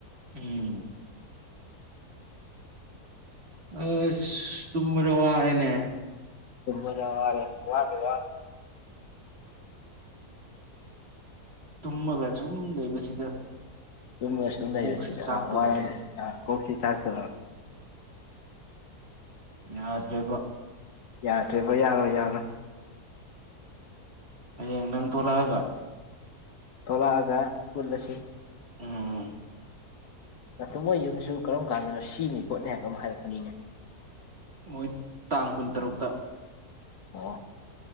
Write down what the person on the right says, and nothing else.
ꯎꯝ ꯑꯁ ꯇꯨꯝꯔ ꯋꯥꯔꯦꯅꯦ
ꯇꯨꯝꯃꯒ ꯁꯨꯝ ꯂꯩꯕꯁꯤꯗ
ꯀꯣꯛꯁꯤ
ꯆꯥꯛꯇꯣꯔꯕꯅꯦ
ꯌꯥꯗ꯭ꯔꯦꯕ
ꯍꯌꯦꯡ ꯅꯪ ꯊꯣꯛꯂꯛꯑꯒ
ꯑꯝ
ꯃꯣꯏ ꯇꯥꯡ ꯀꯨꯟꯇꯔꯨꯛꯇ